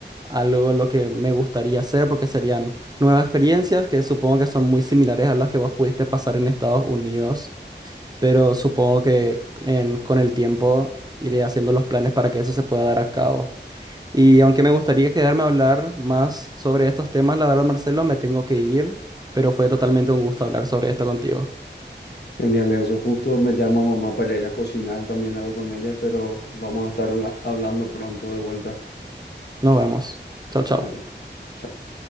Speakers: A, on the right; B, on the left.
A: algo lo que me gustaría hacer porque serían nuevas experiencias que supongo que son muy similares a las que vos pudiste pasar en Estados Unidos pero supongo que en- con el tiempo iré haciendo los planes para que eso se pueda dar a cabo. Y aunque me gustaría quedarme a hablar más sobre estos temas, la verdad, Marcelo, me tengo que ir, pero fue totalmente un gusto hablar sobre esto contigo.
B: Genial, Enzo. Justo me llama mamá para ir a cocinar también algo con ella, pero vamos a estar habla- hablando pronto de vuelta.
A: Nos vemos. Chao, chao.
B: Dale. Chao.